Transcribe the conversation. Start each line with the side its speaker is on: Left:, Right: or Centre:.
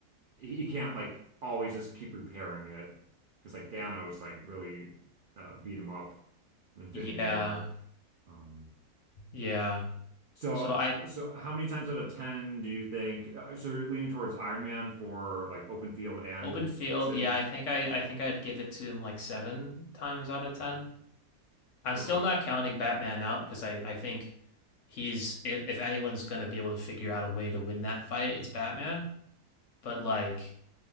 Right: he, he can't like always just keep repairing it because like Thanos like really uh, beat him up in Infinity
Left: Yeah,
Right: War. Um,
Left: yeah.
Right: so
Left: So I
Right: uh, so how many times out of 10 do you think uh, so you're leaning towards Iron Man for like open field and
Left: open field.
Right: city?
Left: Yeah, I think I, I think I'd give it to him like seven times out of ten. I'm
Right: Okay.
Left: still not counting Batman out because I, I think he's if if anyone's gonna be able to figure out a way to win that fight, it's Batman. But like.